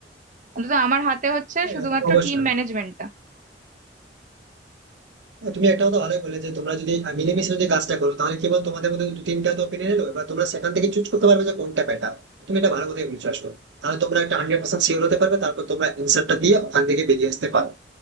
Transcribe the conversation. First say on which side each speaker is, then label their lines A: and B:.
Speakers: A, on the right; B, on the right.
A: অন্তত আমার হাতে হচ্ছে
B: হ্যাঁ
A: শুধুমাত্র
B: অ- অবশ্যই
A: টিম ম্যানেজমেন্টটা
B: হ্যাঁ, তুমি একটা কথা ভালোই বলে যে তোমরা যদি আহ, মিলেমিশে যদি কাজটা করো তাহলে কি বল তোমাদের মধ্যে দু তিনটা তো পেরে এলো এবার তোমরা সেখান থেকে চুজ করতে পারবে যে কোনটা বেটার তুমি এটা ভালো কথাই বলছো আসলে তাহলে তোমরা একটা হান্ড্রেড পার্সেন্ট শিওর হতে পারবে তারপর তোমরা অ্যান্সারটা দিয়ে ওখান থেকে বেরিয়ে আসতে পারো